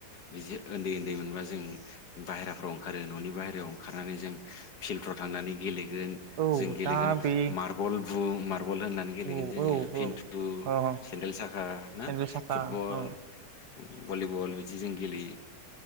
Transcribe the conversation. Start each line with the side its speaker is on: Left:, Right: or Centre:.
Left: बिदि उन्दै उन्दै मोनबा जों बाहेराफ्राव ओंखारो न'नि बाहेरायाव ओंखारनानै जों। फिल्डफ्राव थांनानै गेलेगोन
Right: औ
Left: जों गेलेगोन
Right: दा बे
Left: मार्बल बुं मार्बल होननानै गेलेगोन
Right: ओं
Left: जोङो
Right: औ
Left: खिन्थु।
Right: औ अ
Left: सेडेल साखा ना
Right: सेन्देल साखा
Left: फुटबल।
Right: औ
Left: उम भलिबल बिदि जों गेलेयो।